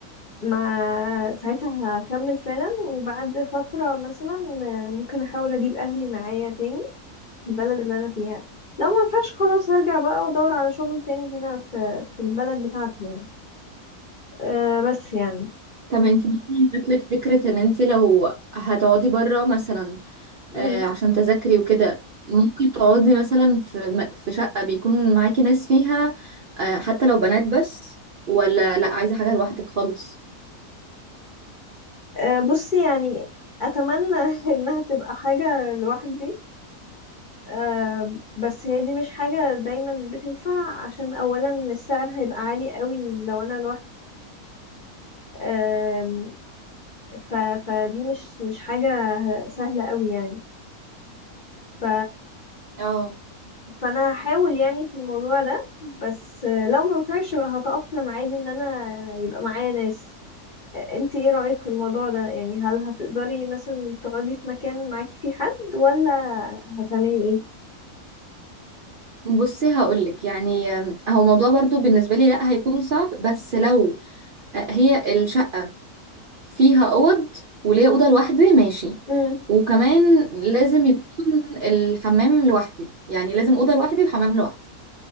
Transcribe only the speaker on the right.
طب انت مثلا جات لك فكرة ان انت لو هتقعدي بره مثلا
آه عشان تذاكري وكده ممكن تقعدي مثلا في م- في شقة بيكون معاكي ناس فيها آه حتى لو بنات بس ولا لا عايزة حاجة لوحدك خالص
اه
بصي هقولك يعني آم، هو موضوع برضو بالنسبة لي لا هيكون صعب بس لو آه، هي الشقة فيها اوض وليا اوضه لوحدي ماشي
وكمان لازم يكون الحمام لوحدي يعني لازم اوضه لوحدي وحمام لوحدي